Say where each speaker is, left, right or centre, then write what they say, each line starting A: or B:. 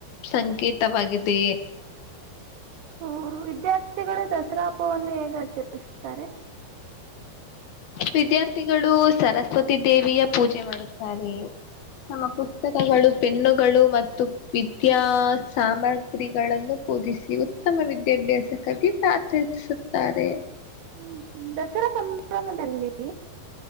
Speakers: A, on the left (about 65°); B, on the right (about 75°).
A: ಸಂಖ ವಾಗಿದೆ
B: ಹ್ಮ ವಿದ್ಯಾರ್ಥಿಗಳು ದಸರಾ ಹಬ್ವನ್ನು ಹೇಗ ಆಚರಿಸುತ್ತಾರೆ
A: ವಿದ್ಯಾರ್ಥಿಗಳು ಸರಸ್ವತಿ ದೇವಿಯ ಪೂಜೆ ಮಾಡುತ್ತಾರೆ ತಮ್ಮ ಪುಸ್ತಕಗಳು ಪೆನ್ನುಗಳು ಮತ್ತು ವಿದ್ಯಾ ಸಾಮಗ್ರಿಗಳನ್ನು ಕೋದಿಸಿ ಉತ್ತಮ ವಿದ್ಯಾಭ್ಯಾಸಕ್ಕಾಗಿ ಪ್ರಾರ್ಥಿಸುತ್ತಾರೆ
B: ಹ್ಮ್ ದಸರಾ ಸಂಭ್ರಮದಲ್ಲಿ